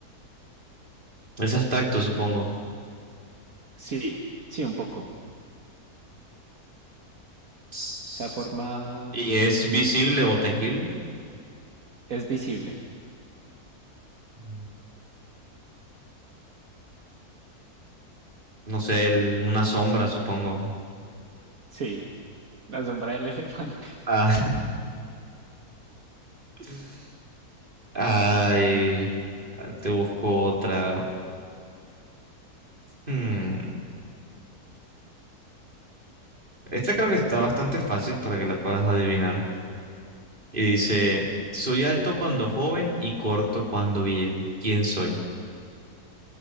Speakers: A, on the right; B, on the right.
A: Es abstracto, supongo.
B: Sí, sí, un poco. O
A: Ts-
B: sea, forma
A: ¿Y es visible o tangible?
B: es visible.
A: mm, No sé, el- una sombra, supongo.
B: Sí, la sombra del elefante. <laughs>
A: Ah, <laughs> ay,
B: Bueno, a ver.
A: ah, te busco otra. Hmm, Esta creo que está bastante fácil para que la puedas adivinar. Y dice, soy alto cuando joven y corto cuando viejo. ¿Quién soy?